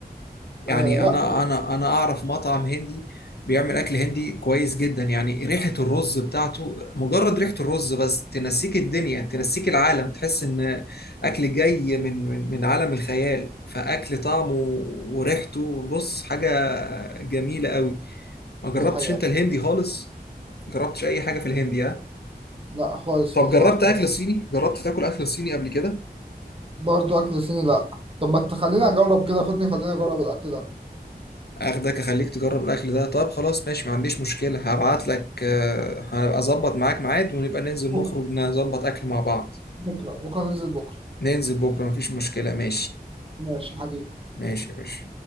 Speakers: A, on the left; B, on the right.
A: يعني
B: آه لا
A: انا انا انا اعرف مطعم هندي بيعمل اكل هندي كويس جدا يعني ريحة الرز بتاعته مجرد ريحة الرز بس تنسيك الدنيا تنسيك العالم تحس ان اكل جاي من من من عالم الخيال فاكل طعمه وريحته بص حاجة جميلة قوي ما جربتش
B: دي حقيقة
A: انت الهندي خالص جربتش اي حاجة في الهندي ها
B: لا خالص
A: طب
B: والله
A: جربت اكل صيني جربت تاكل اكل صيني قبل كده
B: برضه اكل صيني لا طب ما تخليني اجرب كده خدني خليني اجرب الاكل ده
A: اخدك اخليك تجرب الاكل ده طب خلاص ماشي ما عنديش مشكلة هبعت لك آه، هبقى اظبط معاك ميعاد ونبقى ننزل
B: بكره
A: نخرج نظبط اكل مع بعض
B: بكره بكره ننزل بكره
A: ننزل بكرة مفيش مشكلة ماشي
B: ماشي حبيبي
A: ماشي يا باشا